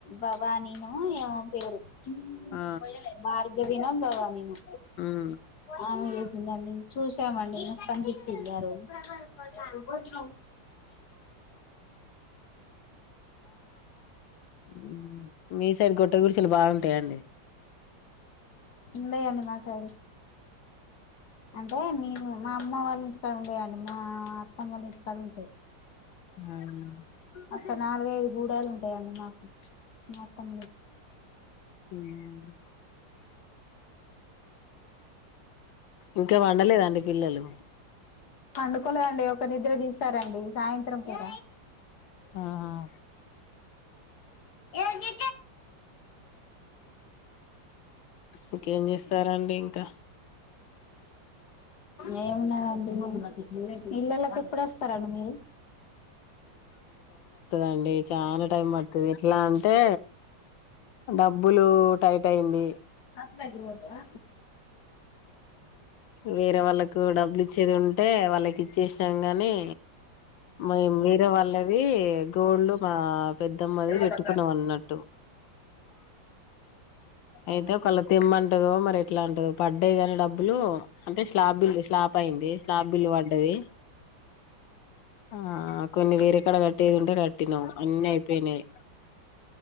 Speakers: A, on the left; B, on the left.
A: భవానీ నో ఏమో పేరు ఉమ్
B: ఆ
A: భార్గవి నో భవానీ నో
B: ఉమ్
A: అవు చేసిందండి చూసామండి కనిపించి వెళ్ళారు ఎక్కడికి పోతున్నావు
B: ఉమ్ మీ సైడ్ గొట్ట గుడిసెలు బాగుంటాయండి
A: ఉండాయండి మా సైడు అంటే నేను మా అమ్మ వాళ్ళ ఇంటికాడ ఉండయండి మా అత్తమ్మ వాళ్ళ ఇంటికాడ ఉంటాయి
B: ఉమ్
A: ఒక నాలుగైదు గూడాలు ఉంటాయండి మాకు మొత్తం
B: హ్మ్. ఇంకా వండలేదా అండి పిల్లలు
A: పండుకోలేదండి ఒక నిద్ర తీసారండి సాయంత్రం పూట
B: ఆహా
A: ఏ చె
B: ఇంకేం చేస్తారండి ఇంకా
A: ఏమున్నదండి పిల్లలకు ఇప్పుడు వస్ స్తారండి మీరు
B: అండి చాలా టైం పడుతుంది ఎట్లా అంటే, డబ్బులు టైమ్ టైం బి
A: అత్త దగ్గరకి పోతావా
B: వేరే వాళ్ళకు డబ్బులు ఇచ్చేది, ఉంటే వాళ్ళకి ఇచ్చేసినాంగ్ కాని మరి వేరే వాల్లది గోల్డ్ మా పెద్దమ్మది
A: అవునా
B: పెట్టుకున్నాం అన్నట్టు. అయితే ఒకెళ తెమ్మంటదొ మరి ఎట్లా అంటదొ పడ్డాయి కానీ డబ్బులు అంటే స్లాబ్ బిల్డ్ చేస్ స్లాప్ అయింది స్లాప్ బిల్లు పడ్డది. ఆ కొన్ని వేరు కడ కట్, కట్టే ఉంటే కట్టినమ్ అన్ని అయిపోనాయి